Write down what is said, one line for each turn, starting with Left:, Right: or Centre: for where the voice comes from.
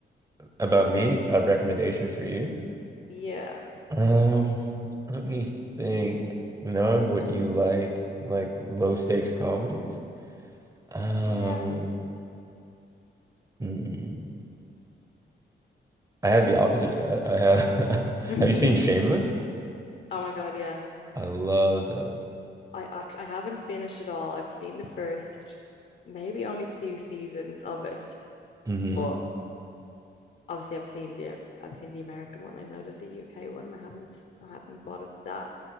Right: about me, a recommendation for you.
Left: Yeah.
Right: Um, let me think. Knowing what you like, like low stakes comedies. Um,
Left: Yeah.
Right: hmm. I have the opposite of that. I have,
Left: <laughs>
Right: <laughs> have you seen Shameless?
Left: Oh my God, yeah.
Right: I love that.
Left: I act I haven't finished it all. I've seen the first, maybe only two seasons of it,
Right: hmm
Left: but obviously I've seen the I've seen the American one. I know there's a UK one. I haven't I haven't bothered with that,